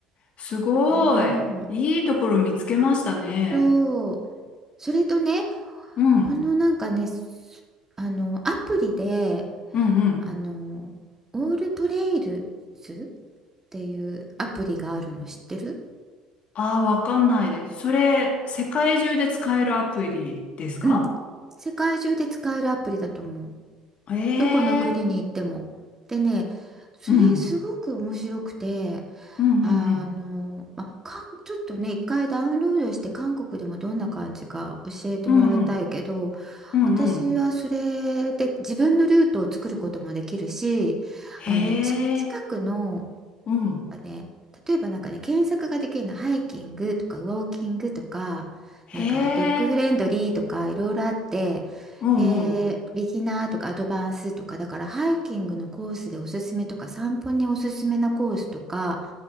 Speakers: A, on the left; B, on the right.
A: すごい。
B: うん
A: いいところ見つけましたね。
B: そうそれとね
A: うん。
B: このなんかねすあのアプリで
A: うんうん。
B: あのオールトレイルズっていうアプリがあるの知ってる
A: ああ、わかんないです。それ、世界中で使えるアプリですか
B: うん世界中で使えるアプリだと思う。
A: え
B: どこの国に行っても。
A: え。
B: でね、それすごく面白くて、
A: うん。うんうんうん。
B: あの、まあ、韓ちょっとね、一回ダウンロードして韓国でもどんな感じか教えてもらいたいけど、
A: うんうん。うんうん。
B: 私はそれで自分のルートを作ることもできるし、
A: へ
B: あの、ち近くの
A: え。うん。
B: なんかね、例えばなんかね、検索ができるの、ハイキングとかウォーキングとか、
A: へえ。
B: なんかドッグフレンドリーとかいろいろあって、
A: うんうん。
B: で、ビギナーとかアドバンスとか、だからハイキングのコースでおすすめとか、散歩におすすめなコースとか、